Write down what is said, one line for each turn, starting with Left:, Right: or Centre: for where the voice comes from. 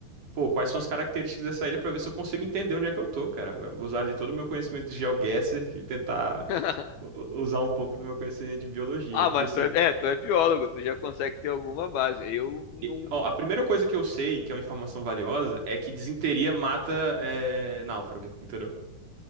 Right: pô, quais são as características dessa ilha pra ver se eu consigo entender onde é que eu tô, cara. Eu Vou usar ali todo o meu conhecimento de GeoGuessr e tentar
Left: <laughs>
Right: u- u- usar um pouco do meu conhecimento de biologia.
Left: Ah, mas
Right: E assim,
Left: tu é, é, tu é biólogo, tu já consegue ter alguma base. Eu não.
Right: e- ó, a primeira coisa que eu sei, que é uma informação valiosa, é que disenteria mata é, náufrago, entendeu?